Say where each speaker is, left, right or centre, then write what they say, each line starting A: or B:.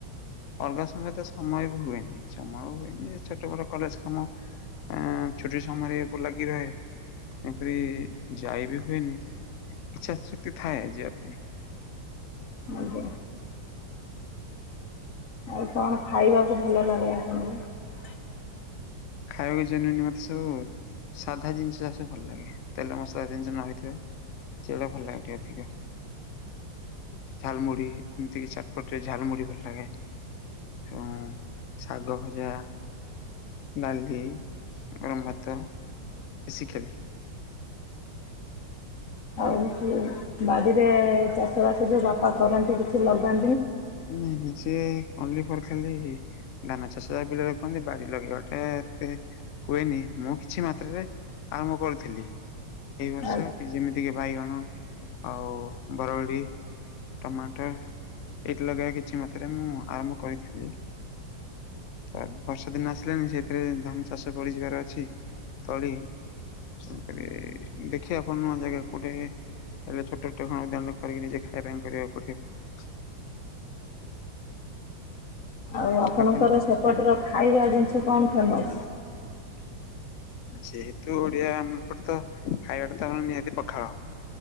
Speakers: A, on the left (about 75°); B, on the left (about 55°).
A: ଅଲଗା ସମୟେ ତ ସମୟ ବି ହୁଏନି ସମୟ ହୁଏନି! ଛୋଟ ବଟ କଲେଜ କାମ ଆ ଛୁଟି ସମୟରେ ଉପ ଲାଗି ରହେ, ତେଣୁକରି ଯାଇ ବି ହୁଏନି। ଇଚ୍ଛା ଶକ୍ତି ଥାଏ ଯିବା ପାଇଁ।
B: ଆଜ୍ଞା। ଆଉ କଣ ଖାଇବାକୁ ଭଲ ଲାଗେ ଆପଣଙ୍କୁ।
A: ଖାଇକି <unintelligible> ମତେ ସବୁ। ସାଧା ଜିନିଷ ଅସବୁ ଭଲ ଲାଗେ! ତେଲ ମସଲା ଜିନିଷ ନ ହେଇଥିବା। ସେଉଡା ଭଲ ଲାଗେ ଟିକେ ଅଧିକ। ଝାଲମୁଡିି ଏମତି କି ଚାଟପଟରେ ଝାଲମୁଢି ଭଲ ଲାଗେ। ଏବଂ ଶାଗ ଭଜା ଡାଲି ଗରମ ଭାତ ଦେଶୀ ଖାଲି।
B: ତମକୁ ବାଡିରେ ଚାଷ ବାସ ଯୋଉ ବାପା କରନ୍ତି କିଛି ଲଗା
A: ନାଇଁ ନାଇଁ ସିଏ ଓନ୍ଲି ଫର୍ ଖାଲି ଧାନ ଚାଷ ବିଲରେ କରନ୍ତି। ବାଡି ଲଗେଇବାଟା ଏତେ ହୁଏନି। ମୁଁ କିଛି ମାତ୍ରାରେ ଆରମ୍ଭ କରୁଥିଲି। ଏଇ ବର୍ଷ
B: ଆ
A: କି ଯେମିତି କି ବାଇଗଣ ଆଉ ବରଗଡି ଟମାଟର ଏଇଠି ଲଗେଇବା କିଛି ମାତ୍ରାରେ ମୁଁ ଆରମ୍ଭ କରିଥିଲି। ତ ବର୍ଷା ଦିନ ଆସିଲାଣିି ସେଇଥିରେ ଧାନ ଚାଷ କରିଯିବାର ଅଛି। ତଳି ତେଣୁକରି ଦେଖିବା କଣ ନୂଆ ଜାଗା କୋଉଟେ ହେଲେ ଛୋଟଟ ଦଣ୍ଡ କରିକି ନିଜେ ଖାଇବା ପାଇଁ କରିବାକୁ ପଡିବ।
B: ଆଉ ଆପଣଙ୍କର
A: ଆପଣଙ୍କ
B: ସେପଟର ଖାଇବା ଜିନିଷ କଣ ଫେମସ୍?
A: ଯେହେତୁ ଓଡିଆ ଆମ ଏପଟ ତ ଖାଇବାଟ ତ ନିହାତି ପଖାଳ।